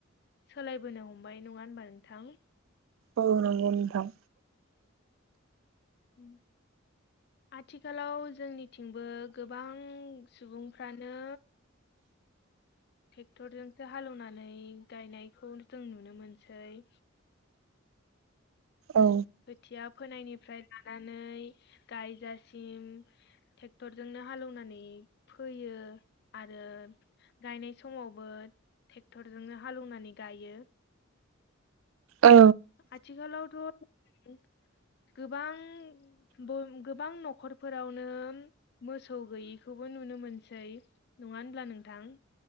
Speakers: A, on the left; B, on the right.
A: सोलायबोनो हमबाय नङा होनबा नोंथां?
B: औ नंगौ नोंथां।
A: उम आथिखालाव जोंनिथिंबो गोबां सुबुंफ्रानो ट्रेक्टरजोंसो हालेवनानै गायनायखौ जों नुनो मोनसै। <inaudible>
B: औ
A: खोथिया फोनायनिफ्राय लानानै गायजासिम ट्रेक्टरजोंनो हालौवनानै फोयो आरो गायनाय समावबो ट्रेक्टरजोंनो हालेवनानै गायो।
B: औ
A: आथिखालावथ' गोबां बो- गोबां न'खरफोरावनो मोसौ गैयिखौबो नुनो मोनसै नङा होनब्ला नोंथां?